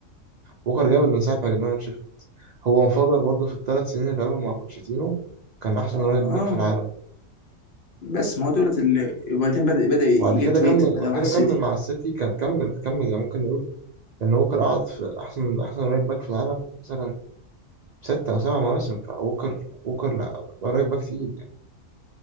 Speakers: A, on the right; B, on the left.
A: بوكر جامد من ساعه ما جبناه من شيفيلد هو انفجر برضه في الثلاث سنين اللي لعبهم مع بوتشيتينو كان احسن
B: اه
A: رايت باك
B: آه.
A: في العالم
B: بس ما هو دولت اللي وبعدين بدا بدا يجي
A: وبعد كده
B: تريتد
A: كمل
B: بعدها
A: بعد
B: واحد
A: كده
B: سيتي
A: كمل مع السيتي كان كمل كمل يعني ممكن نقول ان ووكر قعد في احسن احسن رايت باك في العالم مثلا ستة أو سبع مواسم فووكر ووكر لا رايت باك تقيل يعني